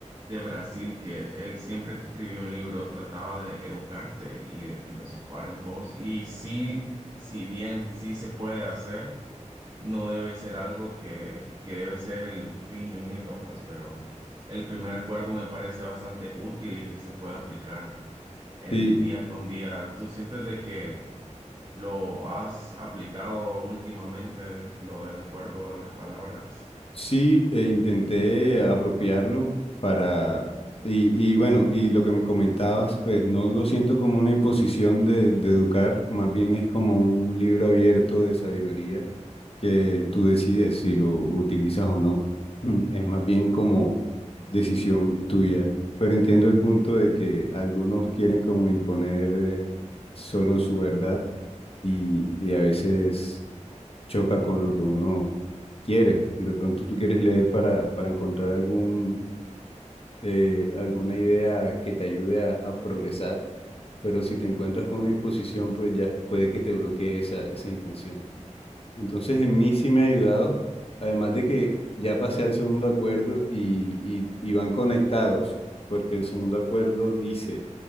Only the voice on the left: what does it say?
Sí,
Sí, e intenté apropiarlo para, y, y bueno, y lo que me comentabas, pues no lo siento como una imposición de, de educar, más bien es como un libro abierto de sabiduría que tú decides si lo utilizas o no. <clears throat> Mm, Es más bien como decisión tuya, pero entiendo el punto de que algunos quieren como imponer eh, solo su verdad y, y a veces choca con lo que uno quiere. De pronto tú quieres leer para, para encontrar algún, eh, alguna idea que te ayude a, a progresar, pero si te encuentras con una imposición, pues ya puede que te bloquee esa, esa intención. Entonces, en mí sí me ha ayudado, además de que ya pasé al segundo acuerdo y, y, y van conectados, porque el segundo acuerdo dice,